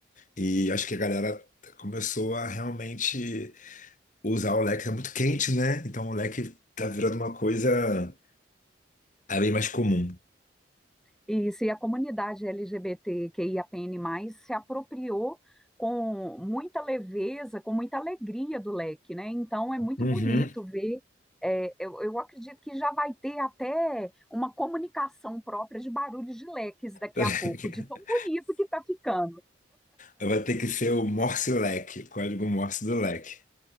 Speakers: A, on the left; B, in the centre.
A: E acho que a galera começou a realmente. usar o leque é muito quente, né? Então o leque tá virando uma coisa é bem mais comum.
B: Isso, e a comunidade LGBTQIAPN+, se apropriou com muita leveza, com muita alegria do leque, né? Então é muito
A: Uhum.
B: bonito ver. é, eu, eu acredito que já vai ter até uma comunicação própria de barulhos de leques daqui
A: <laughs>
B: a pouco, de tão bonito que está ficando.
A: Vai ter que ser o Morse leque, o código Morse do leque.